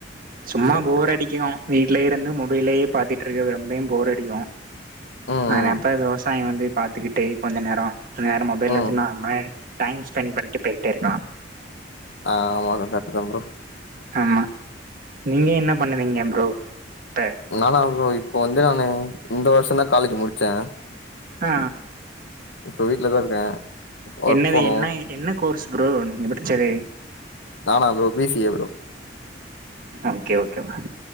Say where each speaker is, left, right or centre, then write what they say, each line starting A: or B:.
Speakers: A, on the right (about 50°); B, on the left (about 80°).
A: சும்மா
B: ஓகே
A: போர்
B: ப்ரோ.
A: அடிக்கு வீட்லயே இருந்து மொபைலயே பாத்துட்ருக்கிறது ரொம்பயு போர் அடிக்கு
B: ம்
A: ஆனா அப்ப விவசாயோ வந்து பாத்துக்கிட்டே கொஞ்ச நேரோ நேர மொபைல்ல
B: ம் ம்.
A: வெச்சு நாமே டைம் ஸ்பெண்ட் பண்ட்டு போயிட்டே இருக்லா
B: ஆமா அது கரெட்டு தா ப்ரோ
A: ஆமா நீங்க என்ன பண்ணுறீங்க ப்ரோ இப்ப
B: நானா ப்ரோ இப்ப வந்து நானு இந்த வர்ஷோ தா காலேஜ் முடிச்சே
A: ஆ
B: இப்ப வீட்டுலதா இருக்கே ஒர்க்
A: என்னது
B: போனு
A: என்ன என்ன கோர்ஸ் ப்ரோ நீங்க முடிச்சது
B: நானா bro B C A bro
A: okay okay வ